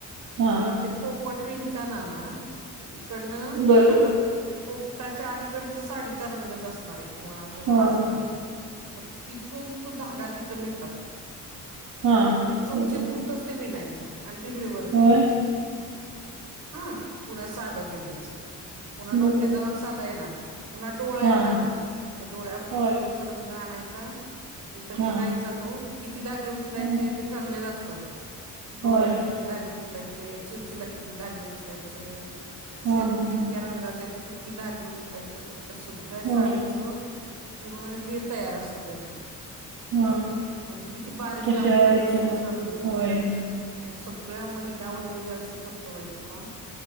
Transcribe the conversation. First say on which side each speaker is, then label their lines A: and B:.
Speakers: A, on the right (about 85°); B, on the right (about 65°).
A: हा
B: तर ते पोपट विंताना ना इकडनं
A: बरोबर
B: आता पोपटाच्या अलीकडच साडीचा रंगच असणार आहे किंवा तो
A: होय
B: हा असणार आहे म तिथून तो धागा तिथं नेतात
A: हा
B: आणि त्या चोचीपुरतंच
A: बरोबर
B: ते विनायचं. आणि ती रिळ वर ठेवायची
A: होय
B: हा. पुन्हा साधं विनायचं, पुन्हा
A: बरोबर
B: डोक्याचा भाग साधा येणार, पुन्हा डोळा
A: हा
B: येणार. त्या डोळ्यापुरत
A: होय
B: तोच रंग आणायचा तिथं विनायचा
A: हा
B: तो. किती धागे उचलायचे
A: हा
B: ते ठरलेलं असतं, डोळ्याला
A: होय
B: किती धागे उचलायचे, चो चीला किती धागे उपलायचे?
A: हा
B: शेपूट
A: हा
B: इतक्या
A: हा
B: रंगायचय तर किती धागे उचलायचे अशा सगळ्या साडी
A: होय
B: पूर्ण हे तयार असत त्यांचं.
A: हा
B: म्हणजे किती बारीक
A: तशा
B: काम करत
A: ह्याच्यामध्ये
B: असतील सांगण
A: होय
B: ते. आणि सगळ्या महिला वर्ग जास्त करतो बाई तो काम.